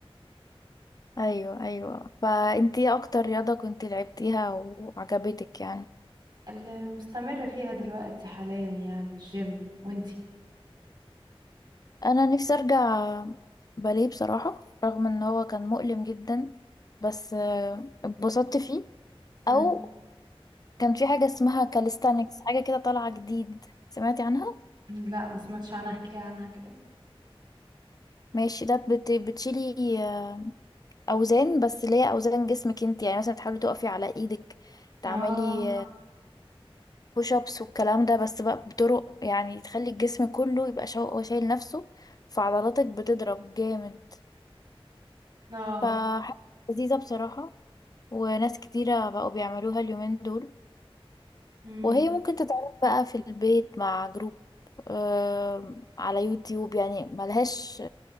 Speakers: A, on the left; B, on the right.
A: ايوه ايوه فانتي ايه اكتر رياضة كنتي لعبتيها وعجبتك يعني
B: اللي مستمرة فيها دلوقتي حاليا يعني الجيم وانتي
A: انا نفسي ارجع باليه بصراحة رغم ان هو كان مؤلم جدا بس آه، اتبسطت فيه
B: مم.
A: او كان في حاجة اسمها كاليستانكس حاجة كده طالعة جديد سمعتي عنها
B: لا ما سمعتش عنها احكي لي عنها كده
A: ماشي ده بت... بتشيلي آه، اوزان بس اللي هي اوزان جسمك انت يعني مثلا تحاولي تقفي على ايدك تعملي
B: اه
A: بوش ابس والكلام ده بس بقى بطرق يعني تخلي الجسم كله يبقى شا- هو شايل نفسه فعضلاتك بتضرب جامد
B: اه
A: فحاجة لذيذة بصراحة وناس كتيرة بقوا بيعملوها اليومين دول
B: مم.
A: وهي ممكن تتعمل بقى في البيت مع جروب آم، على يوتيوب يعني ملهاش